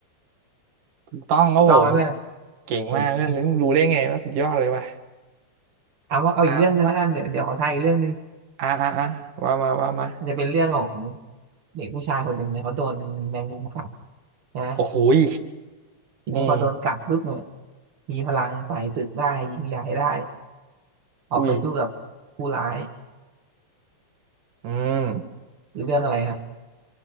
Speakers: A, on the right; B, on the right.
A: ถูกต้องครับผม
B: ถูกต้องไหม
A: เก่งมากเพื่อนนึกรู้ได้ไงว่าสุดยอดเลยว่ะ
B: เพื่อนหรือมีเอาว่าเอาอีกเรื่องหนึ่งแล้วกันเดี๋ยวเดี๋ยวขอทายอีกเรื่องหนึ่ง
A: อ่าลองว่าอ่าอ่าอ่าว่ามาว่ามา
B: มันจะเป็นเรื่องของเด็กผู้ชายคนหนึ่งเนี่ยเขาโดนแมงมุมกัดนะ
A: โอ้โหย
B: ทีนี้พอโดนกัดปุ๊บเนี่ย
A: อืม
B: มีพลังไต่ตึกได้ยิงใหญ่ได้ออกไปสู้กับผู้ร้าย
A: อุ้ยอืม
B: หรือเรื่องอะไรครับ